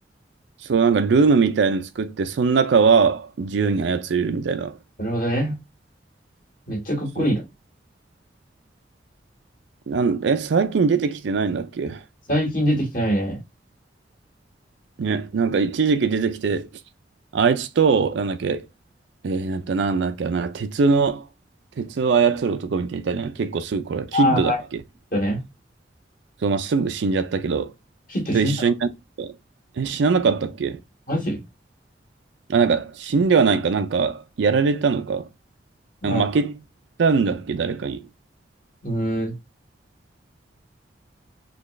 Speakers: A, on the right; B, on the left.
A: そう、なんかルームみたいの作って、その中は自由に操れるみたいな。
B: なるほどね。めっちゃかっこいいな。
A: そう。なん、え、最近出てきてないんだっけ
B: 最近出てきてないね。
A: ね、なんか一時期出てきて、あいつと、なんだっけ、えー、なんだなんだっけ、なんか鉄の、鉄を操る男みたいな、の結構すぐ、これ、キッドだっけ
B: ああ。だね。
A: そう、まあ、すぐ死んじゃったけど、
B: ヒット死んだの
A: と一緒になんか、え、死ななかったっけ
B: マジ
A: あ、なんか、死んではないか、なんか、やられたのか、なんか負けたんだっけ、
B: あ、
A: 誰かに。
B: うーん。